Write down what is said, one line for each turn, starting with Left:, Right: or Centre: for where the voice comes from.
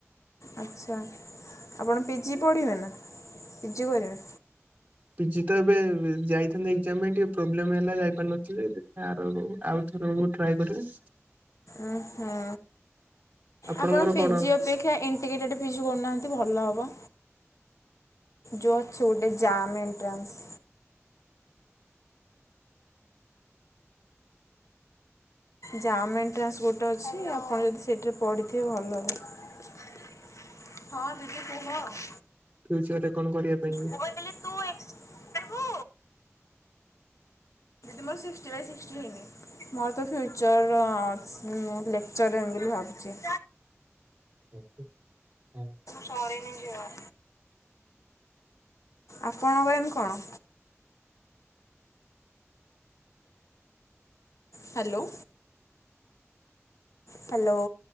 Left: ଆଚ୍ଛା ଆପଣ ପି ଜି ପଢ଼ିବେ ନା ପି ଜି କରିବେ?
Right: ପିଜି ତ ଏବେ ଯାଇଥାନ୍ତି ଏଗ୍କ୍ଜାମ ପାଇଁ ଟିକେ ପ୍ରୋବ୍ଲେମ ହେଲା ଯାଇପାରିନଥିଲି ଦେଖିବା ଆର ଆଉଥର ବେଳକୁ ଟ୍ରାଏ କରିବି।
Left: ଓହୋ।
Right: ଆପଣଙ୍କର
Left: ଆପଣ ପି
Right: କଣ
Left: ଜି ଅପେକ୍ଷା ଇଣ୍ଟିଗ୍ରେଟେଡ଼୍ ପିଜି କରୁନାହାନ୍ତି ଭଲ ହବ। ଯୋଉ ଅଛି ଗୋଟେ ଜାମ ଏଣ୍ଟ୍ରାନ୍ସ ଜାମ୍ ଏଣ୍ଟ୍ରାନ୍ସ ଗୋଟେ ଅଛି ଆପଣ ଯଦି ସେଇଠିରେ ପଢ଼ିଥିବେ ଭଲ ହେବ। ହଁ ଦିଦି କୁହ।
Right: ଫ୍ୟୁଚର ରେ କଣ କରିବା ପାଇଁ
Left: ମୁଁ କହିଲି ତୁ ଏକ୍ସ ନେବୁ? ମୋର ସିକଷ୍ଟୀ ବାଇ ସିକଷ୍ଟୀ ମୋର ତ ଫ୍ୟୁଚର ଚର୍ ରେ ହେମିବୋଲି ଭାବୁଛି।
Right: ଓ ଆଁ
Left: ସରିନି ଝିଅ। ଆପଣଙ୍କ ଏମ କଣ? ହ୍ୟାଲୋ। ହ୍ୟାଲୋ।